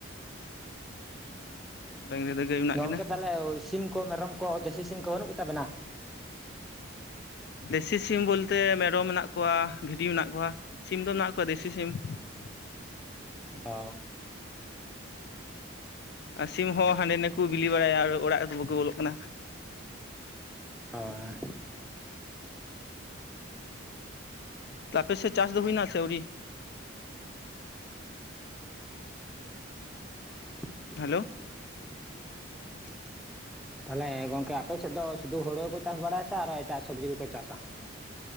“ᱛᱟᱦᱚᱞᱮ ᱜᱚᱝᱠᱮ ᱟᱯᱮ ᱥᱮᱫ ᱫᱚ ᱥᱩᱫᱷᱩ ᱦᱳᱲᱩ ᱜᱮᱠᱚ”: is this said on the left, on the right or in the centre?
Centre